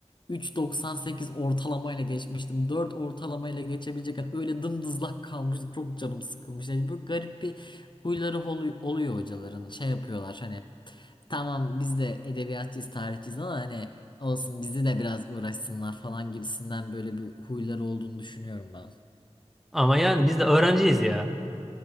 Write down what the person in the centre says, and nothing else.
<laughs> Ama yani biz de öğrenciyiz ya.